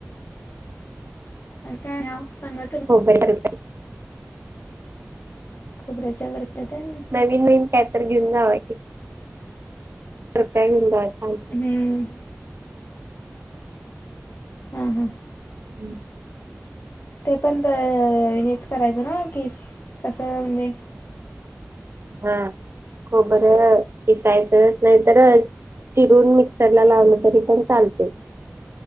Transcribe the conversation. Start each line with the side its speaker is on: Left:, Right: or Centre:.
Left: कायं आहे सांगा
Right: हो बरोबर
Left: खोबरांच्या बर्फ्या तेनं
Right: नने कायं तरं घेऊंन जावां कृपयां घेऊन जां जां
Left: हम्मं हम्मं हां
Right: हम्मं
Left: ते पणं तरं हेंचं करायचं नां किस कसं म्हणजे
Right: हां खोबरं खिसांयचंच नाहीं तरं चिरूंन मिक्सरला लावलं तरी पणं चालते